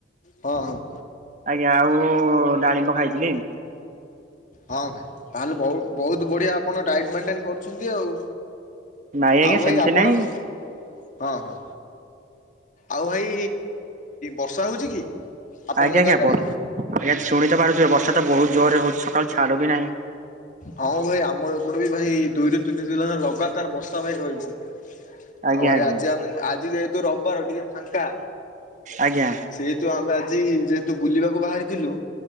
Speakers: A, on the left (about 40°); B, on the right (about 40°).
A: ହଁ ହଁ
B: ଆଜ୍ଞା ଆଉ ଡାଳିମ୍ବ ଖାଇ କିଏ?
A: ହଁ ଭାଇ ତାହେଲେ ବହୁ ବହୁତ ବଢିଆ ଆପଣ ଡାଇଟ୍ ମେଣ୍ଟେନ କରୁଛନ୍ତି ଆଉ।
B: ନାଇଁ ଆଜ୍ଞା
A: ଆଉ ଭାଇ
B: ସେମିତି
A: ଆପଣ
B: ନାଇଁ
A: ହଁ ହଁ ଆଉ ଭାଇ ବର୍ଷା ହଉଚି କି? ଆପଣଙ୍କ
B: ଆଜ୍ଞା ଆଜ୍ଞା
A: ଜାଗାରେ?
B: ଆଜ୍ଞା ଶୁଣି ତ ପାରୁଥିବେ ବର୍ଷା ତ ବହୁତ ଜୋରରେ ହଉଛି ସକାଳୁ ଛାଡୁ ବି ନାହିଁ।
A: ହଁ ଭାଇ ଆମର ଏପଟେ ବି ଭାଇ ଦୁଇରୁ ତିନି ଦିନ ହେଲା ଲଗାତାର ବର୍ଷା ଭାଇ ରହିଛି।
B: ଆଜ୍ଞା
A: ଆଉ ଭାଇ
B: ଆଜ୍ଞା
A: ଆଜି ଆମେ ଆଜି ଯେହେତୁ ରବିବାର ଟିକେ ଫାଙ୍କା
B: ଆଜ୍ଞା।
A: ସେହେତୁ ଆମେ ଆଜି ଯେହେତୁ ବୁଲିବାକୁ ବାହାରିଥିଲୁ